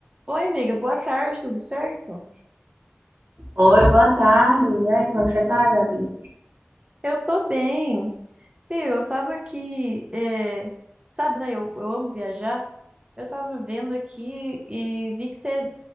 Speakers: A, on the right; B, on the right.
A: Oi, amiga, boa tarde, tudo certo?
B: Oi, boa tarde. E aí, como é que você tá, Gabi?
A: Eu tô bem. Viu, eu tava aqui, é, sabe, né? Eu, eu amo viajar. Eu tava vendo aqui e vi que você é